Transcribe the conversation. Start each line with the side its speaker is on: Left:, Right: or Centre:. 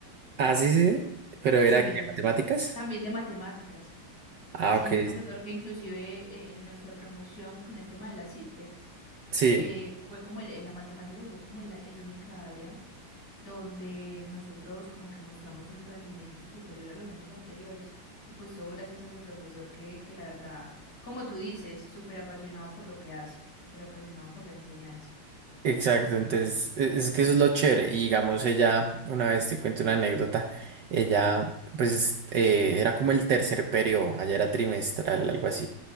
Right: Ah, sí, sí, sí. Pero era
Left: Sí,
Right: que
Left: eh,
Right: matemáticas.
Left: también de matemáticas.
Right: Ah,
Left: Sí,
Right: ok.
Left: un profesor que inclusive eh, en nuestra promoción con el tema de las ITPEX,
Right: Sí.
Left: eh, fue como el- la matemática fue como la, el única área donde nosotros como que mostramos un rendimiento superior a los años anteriores y pues todo gracias a ese profesor que, que la verdad, como tú dices, súper apasionado por lo que hace, súper apasionado por la enseñanza.
Right: Exacto, entonces
Left: En-
Right: e- es que eso es lo chévere. Y digamos, ella, una vez te cuento una anécdota, ella pues eh, era como el tercer periodo, allá era trimestral, algo así.